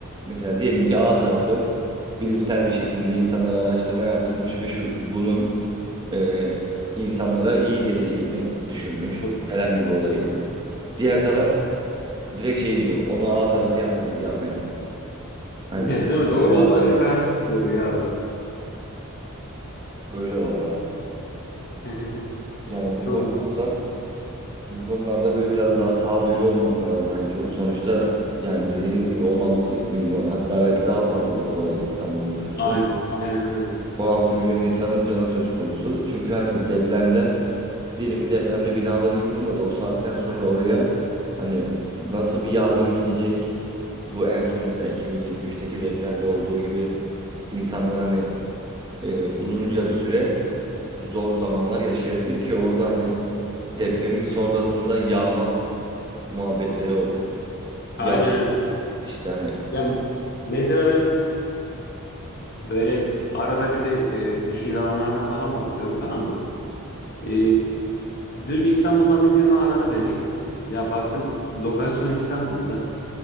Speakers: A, on the right; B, on the left.
A: mesela diyelim ki A tarafı bilimsel bir şekilde insanlara araştırma yaptırmış ve şu, bunun e, insanlara iyi geleceğini düşünmüş
B: <laughs>
A: herhangi bir olayın. Diğer taraf direkt şey diyor. Onu A tarafı yaptı biz yapmayalım. Hani
B: Değil
A: biz
B: mi? Doğru
A: devam
B: olsa
A: edelim.
B: bile karşı çıkıyor ya adam.
A: Öyle vallahi abi.
B: <laughs>
A: Yani bu
B: Çok
A: konularda
B: ilginç.
A: bu konularda böyle biraz daha sağduyulu olmak lazım. Hani çok, sonuçta yani dediğiniz gibi 16 milyon hatta belki daha fazladır bu arada İstanbul'un nüfusu.
B: Aynen, aynen öyle.
A: 16 milyon insanın canı söz konusu. Çünkü hani depremden diyelim ki depremde binaları yıkılmadı. O saatten sonra oraya hani nasıl bir yardım gidecek? Bu en son mesela 2023'teki depremde olduğu gibi insanlar hani e, uzunca bir süre zor zamanlar yaşayabilir ki orada hani depremin sonrasında yağma muhabbetleri oluyor. Ya
B: Aynen öyle.
A: işte hani
B: Ya mesela ben böyle arada bir de e, iş ilanlarına falan bakıyorum tamam mı? E, dün İstanbul'dan bir firma aradı beni. Ya baktım is- lokasyon İstanbul'da.